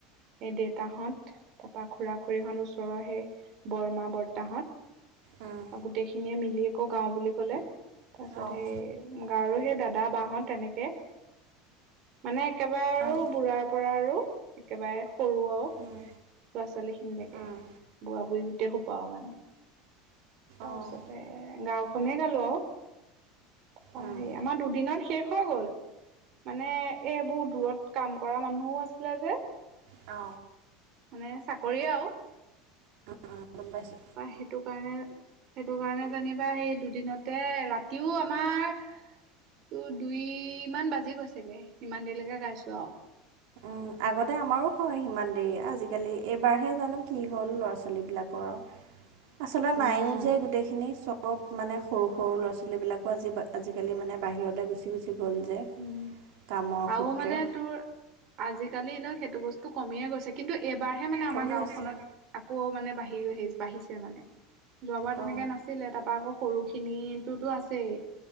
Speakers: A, on the right (about 40°); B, on the right (about 65°).
A: এই দেতাহঁত, তাপা খুড়া খুড়ীহঁত ওচৰৰ সেই বৰমা বৰতাহঁত
B: উম
A: গোটেইখিনিয়ে মিলি আকৌ গাওঁ বুলি ক'লে। তাৰ পিছত
B: অঁ
A: সেই গাঁৱৰ সেই দাদা, বাহত তেনেকে মানে একেবাৰে আৰু
B: অঁ
A: বুঢ়াৰ পৰা আৰু একেবাৰে সৰু আৰু
B: উম
A: ল'ৰা-ছোৱালীখিনিলৈকে
B: উম
A: বুঢ়া বুঢ়ী গোটেই সোপাও মানে। তাৰ
B: অঁ
A: পিছতে গাওঁ - খনেই গালো আৰু তাপা
B: উম
A: সেৰি আমাৰ দুদিনত শেষ হৈ গ'ল। মানে এইবোৰ দূৰত কাম কৰা মানুহও আছিলে যে।
B: অ
A: মানে চাকৰিয়ে আও
B: অ গম পাইছোঁ।
A: তাপা সেইটো কাৰণে সেইটো কাৰণে যেনিবা সেই দুদিনতে ৰাতিও আমাৰ তো দুইমান বাজি গৈছেগে ইমান দেৰিলৈকে গাইছো আও।
B: উম আগতে আমাৰো হয় সিমান দেৰি আজি-কালি এইবাৰহে জানো কি হ'ল ল'ৰা ছোৱালীবিলাকৰ আৰু
A: <inaudible>
B: আচলতে নাইও
A: অ',
B: যে গোটেইখিনি চব মানে সৰু সৰু ল'ৰা ছো- ৱালী বিলাকো আজি আজি-কালি মানে বাহিৰলে গুচি গুচি গ'ল যে।
A: উম
B: কামৰ
A: আৰু
B: সূত্ৰে।
A: মানে তোৰ আজি-কালি এনেও সেইটো বস্তু কমিয়ে গৈছে কিন্তু এইবাৰহে মানে
B: কমি
A: আমাৰ গাঁওখনত
B: গৈছে
A: আকৌ মানে বাঢ়ি আহি বাঢ়িছে মানে যোৱাবাৰ
B: অ।
A: তেনেকে নাছিলে তাত পা আকৌ সৰু খিনিতোটো আছেই